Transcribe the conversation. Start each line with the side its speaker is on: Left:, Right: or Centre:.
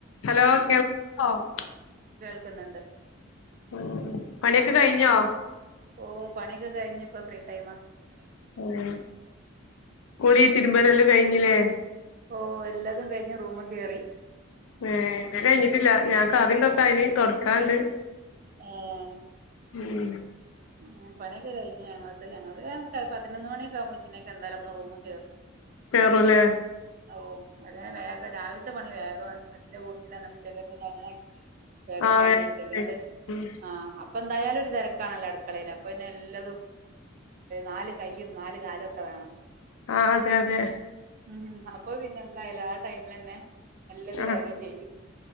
Left: Hello കേോ <unintelligible>
Right: നിക്കുന്നുണ്ട്
Left: ഉം പണിയൊക്കെ കഴിഞ്ഞോ
Right: ഓഹ പണിിക്ക കഴിഞ്ഞി ഇപ്പ ഫ്രീ ൈം
Left: ആ കുളി തിരുമ്പലല്ലാം കഴിഞ്ഞില്ലേ
Right: ഓ എല്ലാതും കഴിഞ്ഞ് റൂമ കേയറി
Left: ഏ എന്റെ കഴിഞ്ഞിട്ടില്ല ഞാ കറിിയന്തൊക്ക അന് തുൊടക്കാണ്ട്
Right: ആഹ
Left: ഉം
Right: മ പണിയൊക്കെ കഴിഞ്ഞഞ് ഞങ്ങൾ ഞൾ പതിനൊന്ന് മണിയൊക്കെകുമ്പോളിക്കേക്ക എന്തായാലും നമ്മ റൂം കയറും
Left: കേറുംല്ലേ
Right: ഓ അ വ രാവിലത്തെ പണി വേഗം അതിന്റെ കൂടുൽന്ന ഉച്ച് അങ്ങന ആക്കിട്ട് വേഗം
Left: ആ
Right: പണിയിക്ക
Left: വേഗം
Right: അല്ലാണ്ട്
Left: ഉം
Right: ആഹ അപ്പ എന്തായാലും തിക്കാണല്ല അട കളയില പിന്നെ എല്ലതും നാല് കയ്യും നാല് കാലുവൊക്കെ വേണം
Left: ആ അതെ അതെ
Right: ഉം അപ്പൊ പിന്നെ എന്തായാലു ആ ടൈമിലന്നെ നല്ലത്
Left: ആ
Right: വേഗ ചെയ്യ്